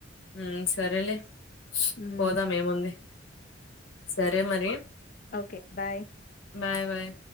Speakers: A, on the left; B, on the left.
A: ఉ సరేలే
B: హ్మ్.
A: పోదాం ఏముంది సరే మరి
B: ఓకే బాయ్
A: బాయ్ బాయ్